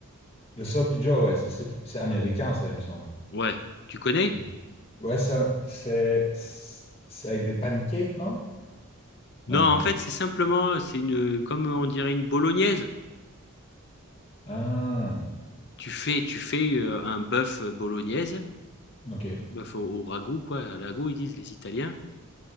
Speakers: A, on the left; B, on the left.
A: Le sloppy Joe, ouais, ça c'est c'est américain, ça, il me semble.
B: Ouais, tu connais?
A: Ok. Ouais, ça, c'est c'est avec des pancakes, non?
B: Non,
A: Non.
B: en fait, c'est simplement, c'est une, comme on dirait une bolognaise.
A: Ah,
B: tu fais, tu fais euh, un bœuf euh, bolognaise,
A: ok.
B: bœuf au, au ragoût, quoi, à la ragoût, ils disent les Italiens,